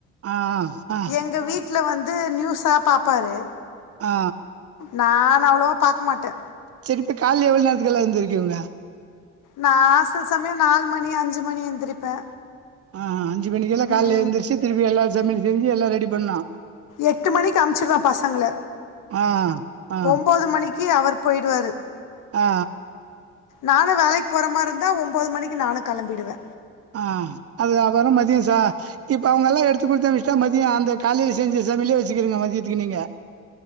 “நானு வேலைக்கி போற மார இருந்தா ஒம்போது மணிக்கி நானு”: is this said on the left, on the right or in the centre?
Left